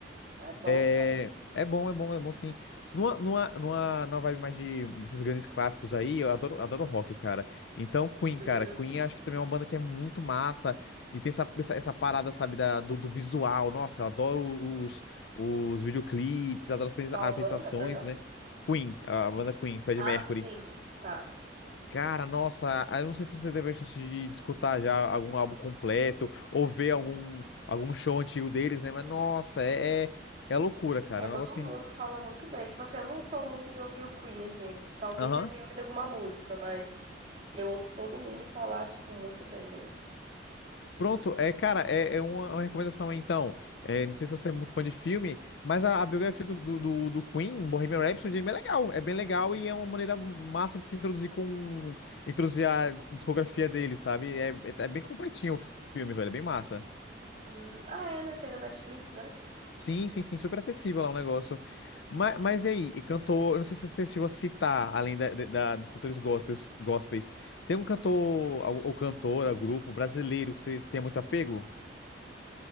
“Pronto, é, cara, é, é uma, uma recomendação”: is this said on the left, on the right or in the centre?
Left